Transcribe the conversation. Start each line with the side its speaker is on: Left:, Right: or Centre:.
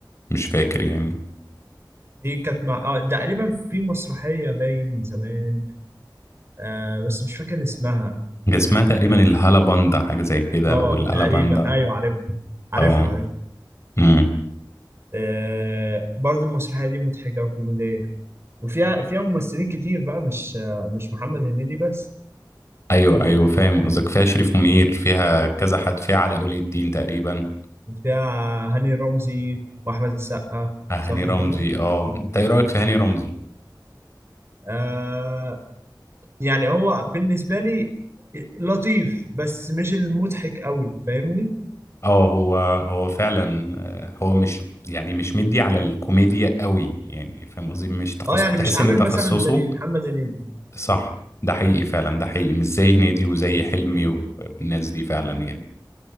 Left: مش فاكر يعني
Right: دي كانت مع آه، تقريبا في مسرحية باين من زمان آه بس مش فاكر اسمها
Left: كان اسمها تقريبا الهالاباندا حاجة زي كده
Right: اه
Left: أو الألاباندا
Right: تقريبا ايوه عارف عارفها
Left: اه
Right: عارفها
Left: امم
Right: آه برضو المسرحية دي مضحكة وكوميدية وفيها فيها ممثلين كتير بقى مش آه مش محمد هنيدي بس
Left: أيوه أيوه فاهم قصدك فيها شريف منير فيها كذا حد فيها علاء ولي الدين تقريبا
Right: فيها هاني رمزي واحمد السقا
Left: آه، هاني
Right: صح
Left: رمزي
Right: كده
Left: اه انت ايه رأيك في هاني رمزي؟
Right: آه يعني هو بالنسبة لي لطيف بس مش المضحك قوي فاهمني
Left: اه هو هو فعلا آه، هو مش يعني مش مدي على الكوميديا قوي يعني فاهم قصدي مش تخصص
Right: اه يعني
Left: تحس
Right: مش عامل
Left: ان تخصصه
Right: مثلا زي محمد هنيدي
Left: صح ده حقيقي فعلا ده حقيقي مش زي هنيدي وزي حلمي و- والناس دي فعلا يعني